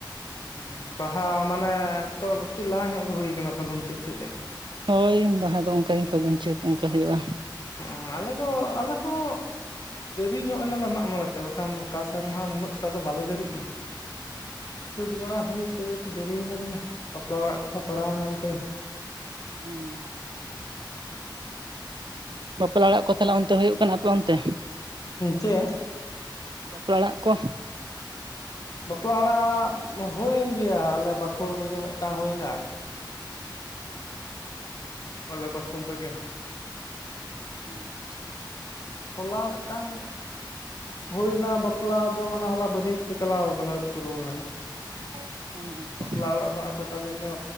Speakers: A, on the left; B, on the right.
A: ᱩᱸ ᱵᱟᱦᱟ ᱢᱟᱱᱮ ᱛᱚ ᱠᱟᱹᱴᱤᱡ ᱞᱟᱦᱟ ᱧᱚᱜ ᱜᱮ ᱦᱩᱭ ᱯᱷᱟᱹᱜᱩᱱ ᱪᱟᱹᱛ ᱥᱮᱜ ᱡᱟᱹᱱᱤᱡ᱾
B: ᱦᱳᱭ ᱵᱟᱦᱟ ᱫᱚ ᱚᱱᱠᱟ ᱜᱮ ᱯᱷᱟᱹᱜᱩᱱ ᱪᱟᱹᱛ ᱚᱱᱠᱟ ᱦᱳᱭᱳᱜᱼᱟ᱾
A: ᱦᱩᱸ ᱟᱞᱮ ᱫᱚ ᱟᱞᱮ ᱦᱚᱸ᱾ ᱫᱮᱨᱤ ᱧᱚᱜ ᱮᱱᱟᱞᱮ ᱢᱟᱜ ᱢᱚᱲᱮ ᱛᱮ ᱵᱟᱠᱷᱟᱱ ᱚᱠᱟ ᱥᱮᱨᱢᱟ ᱦᱚ ᱱᱩᱱᱟᱹᱜ ᱴᱟ ᱫᱚ ᱵᱟᱞᱮ ᱫᱮᱨᱤᱜ ᱜᱮᱭᱟ᱾ ᱥᱟᱹᱛ ᱵᱟᱲᱟ ᱦᱩᱭᱩᱜ ᱛᱮᱜᱮ ᱛᱚ ᱫᱮᱨᱤᱭᱮᱱᱟ ᱫᱚᱢᱮ ᱵᱟᱯᱞᱟ ᱚᱲᱟᱜ ᱠᱚᱦᱚᱸ ᱯᱟᱲᱟᱣᱮᱱᱟ ᱚᱱ ᱴᱟᱹᱭᱤᱢ᱾
B: ᱦᱩᱸ ᱵᱟᱯᱞᱟ ᱚᱲᱟᱜ ᱠᱚ ᱛᱟᱦᱚᱞᱮ ᱚᱱᱛᱮ ᱦᱤᱭᱩᱜ ᱠᱟᱱᱟ ᱟᱯᱮ ᱚᱱᱛᱮ᱾
A: <unintelligible>
B: ᱵᱟᱯᱞᱟ ᱚᱲᱟᱜ ᱠᱚ᱾
A: ᱵᱟᱯᱞᱟ ᱚᱲᱟᱜ ᱦᱩᱭᱮᱱ ᱜᱮᱭᱟ ᱟᱞᱮ ᱵᱟᱠᱷᱩᱞ ᱨᱮᱜᱮ ᱢᱤᱫᱴᱟᱝ ᱦᱩᱭᱮᱱᱟ᱾ ᱟᱞᱮ ᱵᱟᱠᱷᱩᱞ ᱨᱮᱜᱮ᱾
B: ᱟᱪᱪᱷᱟ
A: ᱦᱚᱞᱟ ᱢᱤᱫᱴᱟᱹᱝ ᱦᱩᱭᱱᱟ ᱵᱟᱯᱞᱟ ᱫᱚ ᱢᱟᱱᱮ ᱦᱚᱞᱟ ᱵᱟᱹᱨᱤᱭᱟᱹᱛ᱾ ᱪᱟᱞᱟᱣ ᱠᱟᱱᱟ ᱟᱹᱣᱨᱤ ᱠᱚ ᱨᱩᱣᱟᱹᱲᱟ ᱦᱟᱸᱜ᱾
B: <unintelligible>
A: ᱵᱟᱯᱞᱟ ᱚᱲᱟᱜ ᱫᱚ ᱠᱚᱴᱟ ᱫᱤᱱ ᱫᱚ